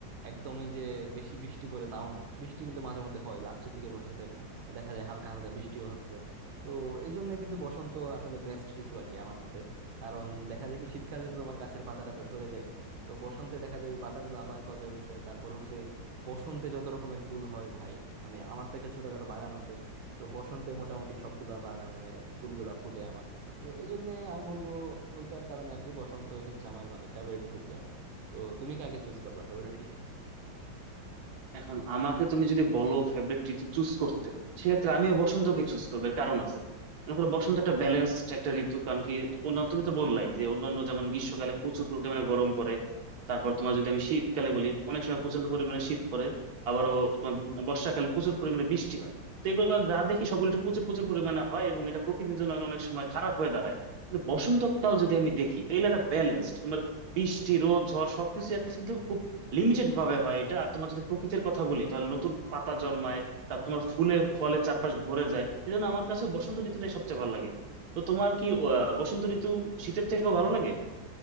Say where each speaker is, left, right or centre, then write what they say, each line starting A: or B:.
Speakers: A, on the right (about 85°); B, on the right (about 50°).
A: একদমই যে বেশি বৃষ্টি পড়ে তাও না বৃষ্টি কিন্তু মাঝে মধ্যে হয় লাস্টের দিকে বসন্তের দেখা যায় হালকা হালকা বৃষ্টিও হচ্ছে তো এই জন্য কিন্তু বসন্ত আসলে বেস্ট ঋতু আর কি আমার মতে কারণ দেখা যায় কি শীতকালে তো তোমার গাছের পাতা টাতা ঝরে যায় তো বসন্তে দেখা যায় ওই পাতাগুলো আবার গজায় উঠছে তারপর হচ্ছে বসন্তে যত রকমের ফুল হয় ভাই মানে আমার তো একটা ছোটখাটো বাগান আছে তো বসন্তে মোটামুটি সবগুলা বাগানের ফুলগুলা ফুটে আমার তো এই জন্য আমি বলবো ওইটার কারণে আর কি বসন্ত হচ্ছে আমার মানে ফেভারিট ঋতু আর কি তো তুমি কাকে চুজ করবা ফেভারিট
B: এখন আমাকে তুমি যদি বলো ফেভারিট ঋতু চুজ করতে সেক্ষেত্রে আমিও বসন্তকে চুজ করবো এর কারণ আছে মনে করো বসন্ত একটা ব্যালেন্সড একটা ঋতু কারণ কি অন্য তুমি তো বললাই যে অন্যান্য যেমন গ্রীষ্মকালে প্রচুর পরিমাণে গরম পড়ে তারপর তোমার যদি আমি শীতকালে বলি অনেক সময় প্রচন্ড পরিমাণে শীত পড়ে আবারও তোমার বর্ষাকালে প্রচুর পরিমাণে বৃষ্টি হয় তো এগুলো যা দেখি সবগুলো একটু প্রচুর প্রচুর পরিমাণে হয় এবং এটা প্রকৃতির জন্য অনেক সময় খারাপ হয়ে দাঁড়ায়
A: হিসেবে
B: কিন্তু বসন্তকাল যদি আমি দেখি তাহলে এটা ব্যালেন্সড তোমার বৃষ্টি রোদ ঝড় সবকিছু আছে কিন্তু খুব লিমিটেড ভাবে হয় এটা আর তোমার যদি প্রকৃতির কথা বলি তাহলে নতুন পাতা জন্মায় তারপর তোমার ফুলে ফলে চারপাশ ভরে যায় এই জন্য আমার কাছে বসন্ত ঋতুটাই সবচেয়ে ভালো লাগে তো তোমার কি আহ, বসন্ত ঋতু শীতের থেকেও ভালো লাগে